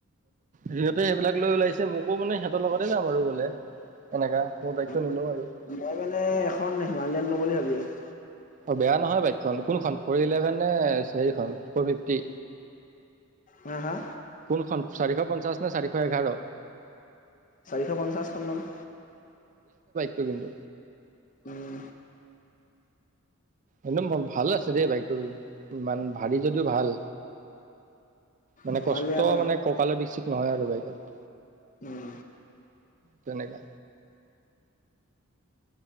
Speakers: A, on the right; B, on the left.
A: সিহঁতে সেইবিলাক লৈ ওলাইছে মোকো মানে সিহঁতৰ লগতে যাম আৰু বোলে। এনেকা মোৰ বাইকটো নিনো
B: অ
A: আৰু।
B: মই মানে এখন হিমালয়ান ল'ম বুলি ভাবি আছো
A: অ বেয়া নহয় বাইকখন কোনখন ফৰ ইলেভেন নে সেইখন ফৰ ফিফটি?
B: হা হা
A: কোনখন চাৰিশ পঞ্চাছ নে চাৰিশ এঘাৰ?
B: চাৰিশ পঞ্চাছখন লম।
A: টো কিন্তু।
B: উম।
A: এদ ভাল আছে দেই বাইকটো ইমান ভাৰী যদিও ভাল। মানে
B: হিমালয়ান
A: কষ্ট
B: আৰু
A: মানে ককালে বিশিকে নহয় আৰু বাইকত-
B: উম
A: তেনেকে